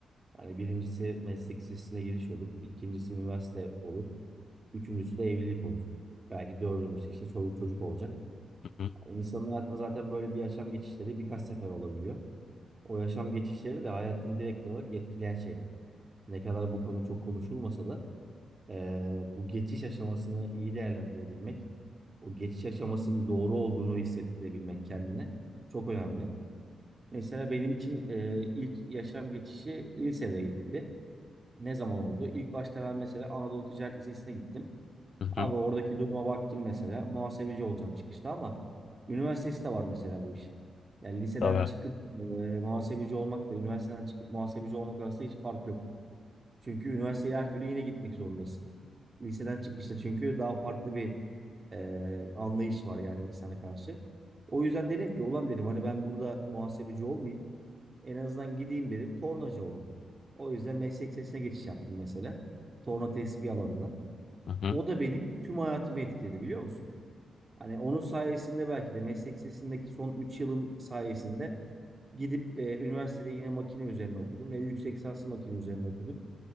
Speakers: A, on the right (about 40°); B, on the left (about 70°).
A: Yani birincisi meslek lisesine giriş olur. ikincisi üniversite olur. Üçüncüsü de evlilik olur. Belki dördüncüsü işte çoluk çocuk olacak.
B: Hı hı.
A: Yani insanın hayatında zaten böyle bir yaşam geçişleri birkaç sefer olabiliyor. O yaşam geçişleri de hayatını direkt olarak etkileyen şeyler. Ne kadar bu konu çok konuşulmasa da ee, bu geçiş aşamasını iyi değerlendirebilmek, o geçiş aşamasının doğru olduğunu hissettirebilmek kendine çok önemli. Mesela benim için e, ilk yaşam geçişi lisedeydi. Ne zaman oldu? İlk başta ben mesela Anadolu Ticaret Lisesi'ne gittim.
B: hı hı.
A: Abi oradaki duruma baktım mesela. Muhasebeci olacağım çıkışta ama üniversitesi de var mesela bu işin. Yani liseden
B: Tabii.
A: çıkıp e, muhasebeci olmak ve üniversiteden çıkıp muhasebeci olmak arasında hiç fark yok. Çünkü üniversiteye her türlü yine gitmek zorundasın. Liseden çıkışta çünkü daha farklı bir e, anlayış var yani insana karşı. O yüzden dedim ki ulan dedim hani ben burada muhasebeci olmayayım. En azından gideyim dedim tornacı olayım. O yüzden meslek sesine geçiş yaptım mesela. Torna tespih alanına.
B: Hı hı.
A: O da benim tüm hayatımı etkiledi biliyor musun? Hani onun sayesinde belki de meslek sesindeki son 3 yılım sayesinde gidip e, üniversitede yine makine üzerine okudum. ve yüksek lisanslı makine üzerine okuduk.